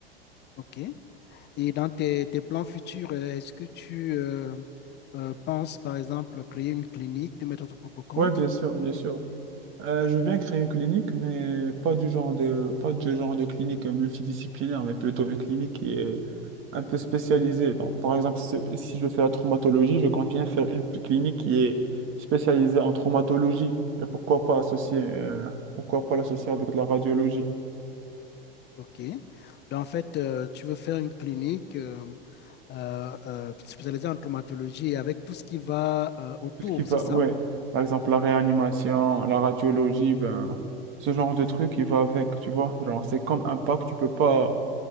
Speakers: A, on the left; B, on the right.
A: ok. Et dans tes, tes plans futurs, euh, est-ce que tu euh, euh, penses, par exemple, créer une clinique, te mettre à ton propre compte?
B: Ouais, bien sûr, bien sûr. Euh, je veux bien créer une clinique, mais pas du genre de, pas du genre de clinique multidisciplinaire, mais plutôt une clinique qui est un peu spécialisée. Donc, par exemple, si si je fais la traumatologie, je compte bien faire une p- clinique qui est spécialisée en traumatologie. Et pourquoi pas associer, euh, pourquoi pas l'associer avec de la radiologie?
A: OK. Donc, en fait, euh, tu veux faire une clinique euh, euh, euh, spécialisée en traumatologie et avec tout ce qui va euh, autour,
B: Tout ce qui va,
A: c'est ça?
B: ouais, par exemple, la réanimation, la radiologie, ben, ce genre de truc, il va avec, tu vois. Genre, c'est comme un pack, tu peux pas,